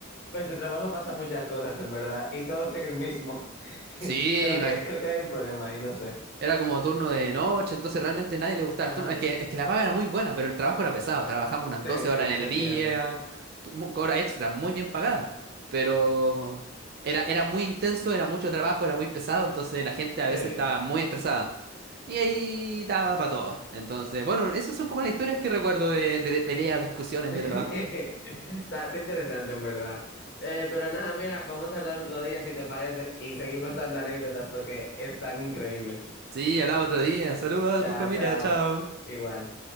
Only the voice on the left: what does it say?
Pues en tu trabajo pasan muchas cosas, en verdad, y todos en el mismo. <laughs>
Creo que, creo que hay un problema ahí, no sé.
Ajá.
Sí,
sí,
se
entiende.
Sí.
<laughs>
Está,
está interesante, en verdad. Eh, pero nada, mira, vamos a hablar otro día, si te parece, y seguimos dando anécdotas porque están increíbles.
Chao,
chao.
Igual.